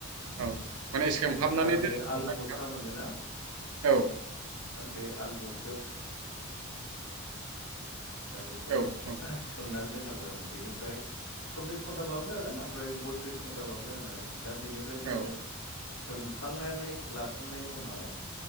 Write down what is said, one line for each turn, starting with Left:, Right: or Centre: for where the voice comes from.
Right: औ माने सोमहाबनानै
Left: बस्था
Right: दोननांगौ
Left: बे आलु
Right: ना नोंथां?
Left: बस्था मोन
Right: औ
Left: बे आलु बस्थायाव सो दा बेखौ
Right: औ औ
Left: आह सोमनान दोननांगौ आरो बेनिफ्राय सब्बिस घन्टाबाबो जागोन ओमफ्राय बथ्रिस घन्टाबाबो जागोन आरो दा बेनिफ्राय जोङो
Right: औ
Left: सोमखांनानै लाखांनायनि उनाव